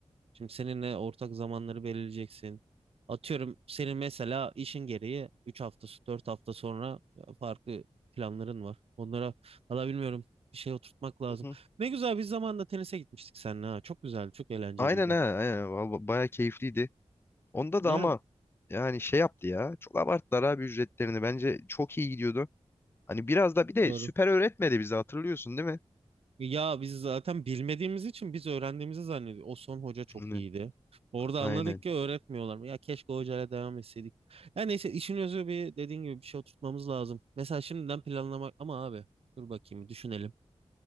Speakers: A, on the right (about 60°); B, on the left (about 20°).
A: Şimdi seninle ortak zamanları belirleyeceksin. Atıyorum senin mesela işin gereği 3 hafta, so-, 4 hafta sonra e, farklı planların var. Onlara valla bilmiyorum bir şey oturtmak lazım.
B: Hı hı.
A: Ne güzel biz zamanında tenise gitmiştik seninle ha. Çok güzeldi, çok eğlenceliydi.
B: Aynen ha, aynen. Val- Bayağı keyifliydi. Onda
A: Yani
B: da ama yani şey yaptı ya. Çok abarttılar abi ücretlerini. Bence çok iyi gidiyordu. Hani biraz da bir de
A: doğru.
B: süper öğretmedi bizi hatırlıyorsun değil mi?
A: Ya biz zaten bilmediğimiz için biz öğrendiğimizi zannediyoruz. O son hoca çok
B: Hı.
A: iyiydi. Orada
B: Aynen.
A: anladık ki öğretmiyorlar. Ya keşke o hocayla devam etseydik. Ya neyse işin özü bir dediğin gibi bir şey oturtmamız lazım. Mesela şimdiden planlamak ama abi dur bakayım düşünelim.